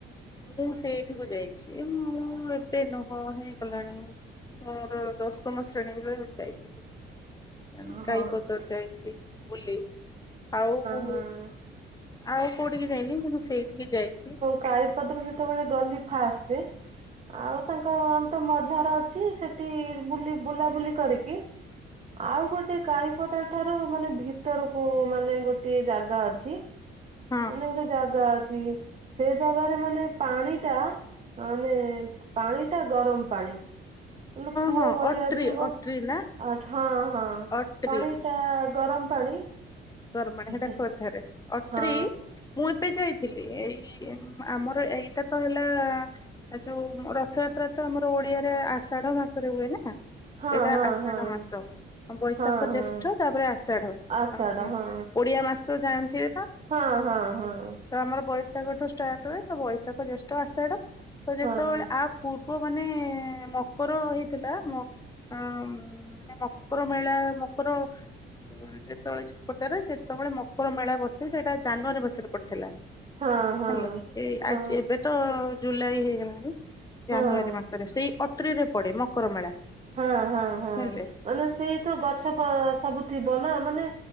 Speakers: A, on the left; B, on the right.
A: ମୁଁ ସେଇଠିକୁ ଯାଇଛି, ମୁଁ ଏବେ ନୁହଁ ହେଇଗଲାଣି। ମୋର ଦଶମ ଶ୍ରେଣୀ ରେ ଯାଇଥିଲି। ଆନ
B: ହଁ ହଁ
A: କାଇ ପଦର ଯାଇଛି ବୁଲି ଆଉ।
B: ହଁ
A: ଆଉ କୋଉଠିକି ଯାଇନି, କିନ୍ତୁ ସେଇଠିକି ଯାଇଛି।
B: କାଈପଦର ଯେତେବେଳେ ଗଲି ଫାଷ୍ଟ,
A: ହଁ
B: ଆଉ
A: ହଁ।
B: ତାଙ୍କ। ତ ମଝାର ଅଛି, ସେଠି ବୁଲି ବୁଲାବୁଲି କରିକି ଆଉ ଗୋଟେ। ଗୋଟେ କାଇପଦା ଠାରୁ ମାନେ ଭିତରକୁ ମାନେ ଗୋଟିଏ ଜାଗା ଅଛି।
A: ହଁ ହଁ
B: ଏନେ
A: ହଁ
B: ଗୋଟେ ଜାଗା ଅଛି, ସେ ଜାଗାରେ ମାନେ ପାଣି ଟା। ମାନେ ପାଣି ଟା ଗରମ ପାଣି। ମାନେ କୂଅ
A: ହଁ ହଁ
B: ଭଳିଆ
A: ଅଟ୍ରି
B: ଥିବ,
A: ଅଟ୍ରି ନା
B: ଆ ହଁ ହଁ।
A: ଅଟ୍ରି
B: ପାଣି ଟା ଗରମ ପାଣି।
A: ଗରମ‌ ପାଣି ସେଟା
B: ସେ
A: ଖୋର୍ଦ୍ଧା ରେ ଅଟ୍ରି,
B: ହଁ
A: ମୁଁ ଏବେ ଯାଇ ଥିଲି, ଏଇ ଏମ୍ ଆମର ଏଇଟା ତ ହେଲା। ଏ ଯୋଉ ରଥଯାତ୍ରା ତ ଆମର ଓଡିଆରେ ଆଷାଢ ମାସରେ ହୁଏ ନା। ଏଇଟା
B: ହଁ ହଁ
A: ଆଷାଢ
B: ହଁ
A: ମାସ। ବୈଶାଖ,
B: ହଁ ହଁ
A: ଜେଷ୍ଠ ତାପରେ ଆଷାଢ,
B: ଆଷାଢ
A: ଆ ମ୍
B: ହଁ
A: ଓଡିଆ ମାସ ଜାଣିଥିବେ ବା।
B: ହଁ ହଁ ହଁ।
A: ତ ଆମର ବୈଶାଖଠୁ ଷ୍ଟାର୍ଟ ହୁଏ, ତ ବୈଶାଖ ଜେଷ୍ଠ ଆଷାଢ ତ ଯେତେ
B: ହଁ
A: ବେଳେ ଆ। ପୂର୍ବ ମାନେ ମକର ହେଇଥିଲା ମ ମାନେ ମକ ମକର ମେଳା, ମକର। ଅ ଯେତେବେଳେ ଖୋର୍ଦ୍ଧାରେ ସେତେବେଳେ ମକର ମେଳା ବସେ, ସେଇଟା ଜାନୁଆରୀ ମାସରେ ପଡିଥିଲା।
B: ହଁ ହଁ।
A: ହେଲେ ଏଇ ଆଜି
B: ହଁ
A: ଏବେ ତ ଜୁଲାଇ ହେଇଗଲାଣି
B: ହଁ।
A: ଜାନୁଆରୀ ମାସରେ ସେଇ ଅଟ ଟ୍ରି ରେ ପଡେ ମକର ମେଳା।
B: ହଁ ହଁ ହଁ।
A: ହେଲେ
B: ମାନେ ସେଇ ତ ଗଛ ‌ପ ସବୁ ଥିବ ନା, ମାନେ